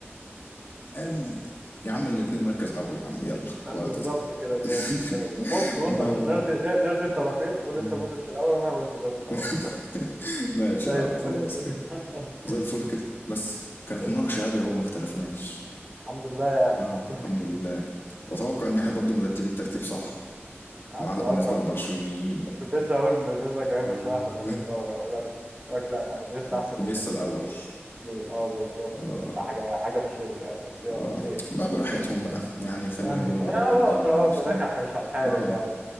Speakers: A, on the left; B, on the right.
A: الم... يا عم الاتنين مركز اول يا عم يلا
B: بالظبط
A: ولا تزعل
B: كده بالنسبة
A: <laughs>
B: لي بص بص
A: ما
B: عشان نرضي نرضي الطرفين قول
A: آه.
B: انت مودريتش الأول وأنا هقول زيدان الأول
A: <laughs>
B: بس
A: ماشي
B: زي
A: يا عم
B: الفل
A: خلاص
B: كده
A: كده زي
B: <laughs>
A: الفل كده بس كانت
B: زي الفل
A: مناقشة هادية اهو ما اختلفناش
B: الحمد لله يعني
A: اه
B: الحمد لله
A: الحمد لله واتوقع ان احنا برضو مرتبين ترتيب صح
B: على
A: ما عدا
B: التوقع
A: بالنسبة للبرشلونيين بقى
B: كنت لسه هقول بالنسبة لجماهير برشلونة
A: اه
B: احنا ترتيب غلط هقول لك هقول لك لا دي لسه
A: <laughs>
B: أحسن من
A: انيستا الاول
B: الاثنين اه بالظبط
A: اه
B: كده ده حاجة حاجة تشيل يعني بس يلا
A: اه
B: خير
A: بقى براحتهم بقى يعني خليهم
B: <laughs>
A: يقولوا
B: يلا
A: رأيهم ده عن
B: في الأول
A: نفسهم
B: وفي الآخر احنا مش هنحارب
A: اه